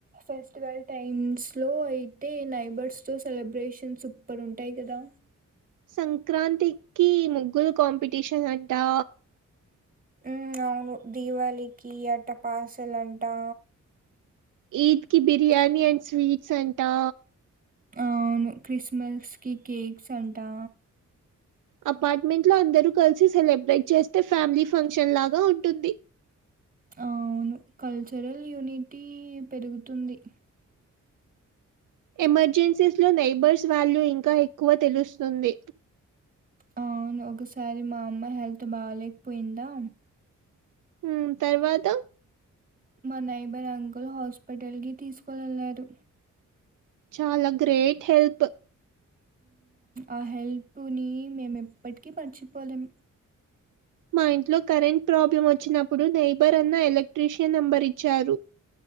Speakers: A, on the right; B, on the right.
A: ఫెస్టివల్ టైమ్స్లో అయితే నైబర్స్తో సెలబ్రేషన్స్ సూపర్ ఉంటాయి కదా
B: సంక్రాంతికి ముగ్గులు కాంపిటీషన్ అంటా
A: మ్మ్ అవును దీవాళికి అట్ట పాసలు అంటా
B: ఈద్ కి బిర్యానీ అండ్ స్వీట్స్ అంటా
A: అవును క్రిస్మస్ కి కేక్స్ అంటా
B: అపార్ట్మెంట్ లో అందరు కలిసి సెలబ్రేట్ చేస్తే ఫ్యామిలీ ఫంక్షన్ లాగా ఉంటుంది
A: ఆ అవును కల్చరల్ యూనిటీ పెరుగుతుంది
B: ఎమర్జెన్సీస్ లో నైబర్స్ వాల్యూ ఇంకా ఎక్కువ తెలుస్తుంది
A: ఆ అవును ఒకసారి మా అమ్మ హెల్త్ బాలేక్ పోయిందా
B: మ్మ్ తర్వాత
A: మా నైబర్ అంకుల్ హాస్పిటల్ కి తీసుకొని వెెళ్లాడు
B: చాలా గ్రేట్ హెల్ప్
A: ఆ హెల్ప్ ని మేము ఎప్పటికీ మరచిపోలేం
B: మా ఇంట్లో కరెంట్ ప్రాబ్లం వచ్చినప్పుడు నైబర్ అన్న ఎలక్ట్రీషియన్ నంబర్ ఇచ్చారు